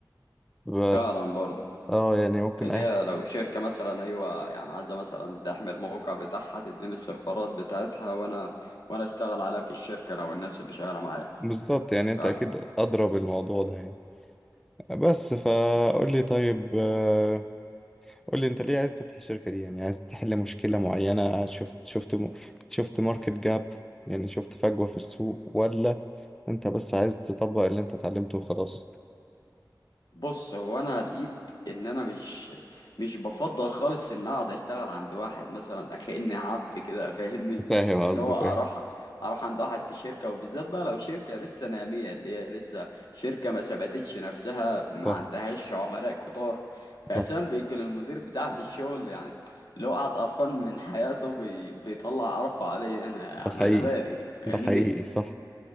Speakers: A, in the centre; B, on the left.
A: ب-
B: فعلا برضه
A: اه يعني ممكن
B: اللي
A: اي
B: هي لو شركه مثلا ايوه يعني عايزه مثلا تحمل الموقع بتاعها تديني السيرفرات بتاعتها وانا وانا اشتغل عليها في الشركه انا والناس اللي شغاله معايا
A: بالظبط يعني
B: فعلا
A: انت اكيد ادرى بالموضوع ده يعني بس فقول لي طيب آه، قول لي انت ليه عايز تفتح الشركة دي يعني عايز تحل مشكلة معينة شفت شفت م... شفت ماركت جاب يعني شفت فجوة في السوق ولا انت بس عايز تطبق اللي انت اتعلمته وخلاص
B: بص هو انا لقيت ان انا مش مش بفضل خالص ان اقعد اشتغل عند واحد مثلا <laughs> كأني عبد كده فاهمني
A: فاهم
B: اللي
A: قصدك
B: هو اروح
A: ايه
B: اروح عند واحد في شركه وبالذات بقى لو شركه لسه ناميه اللي هي لسه شركه ما ثبتتش نفسها ما
A: صح
B: عندهاش عملاء كتار فاساسا
A: صح
B: بيكون المدير بتاعي في الشغل يعني اللي هو قاعد قرفان من حياته بي... بيطلع قرفه عليا انا يعني
A: ده حقيقي
B: انا مالي فاهمني
A: ده حقيقي صح